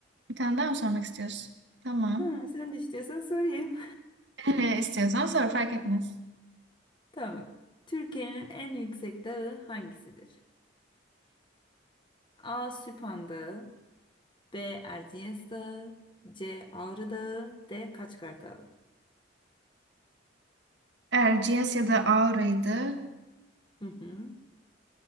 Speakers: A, on the right (about 60°); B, on the left (about 25°).
A: bir tane daha mı sormak istiyorsun? Tamam.
B: Ha, sen de istiyorsan sorayım.
A: Ee, istiyorsan sor fark etmez.
B: Tamam. Türkiye'nin en yüksek dağı hangisidir? A. Süphan Dağı B. Erciyes Dağı C. Ağrı Dağı D. Kaçkar Dağı
A: Erciyes ya da Aura'ydı.
B: Hı hı.